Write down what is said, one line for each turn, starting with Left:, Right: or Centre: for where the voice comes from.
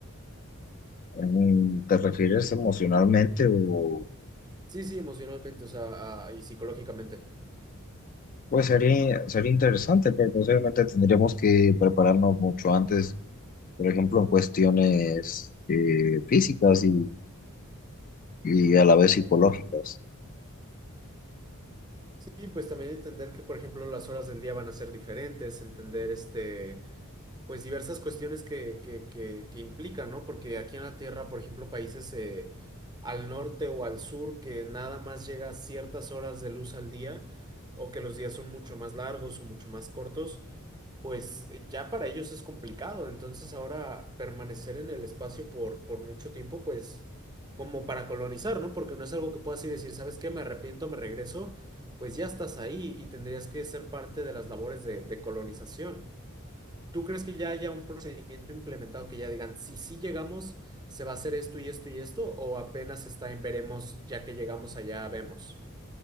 Left: Mm, ¿Te refieres emocionalmente o...?
Right: Sí, sí, emocionalmente, o sea, ah, y psicológicamente.
Left: Pues sería, sería interesante, pero posiblemente tendríamos que prepararnos mucho antes, por ejemplo, en cuestiones eh, físicas y, y a la vez psicológicas.
Right: Sí, pues también entender que, por ejemplo, las horas del día van a ser diferentes, entender este, pues diversas cuestiones que, que, que, que implican, ¿no? Porque aquí en la Tierra, por ejemplo, países eh, al norte o al sur que nada más llega ciertas horas de luz al día, o que los días son mucho más largos o mucho más cortos, pues eh, ya para ellos es complicado. Entonces ahora permanecer en el espacio por, por mucho tiempo, pues como para colonizar, ¿no? Porque no es algo que puedas ir y decir, ¿sabes qué? Me arrepiento, me regreso pues ya estás ahí y tendrías que ser parte de las labores de, de colonización. ¿Tú crees que ya haya un procedimiento implementado que ya digan, si sí llegamos, se va a hacer esto y esto y esto, o apenas está en veremos, ya que llegamos allá, vemos?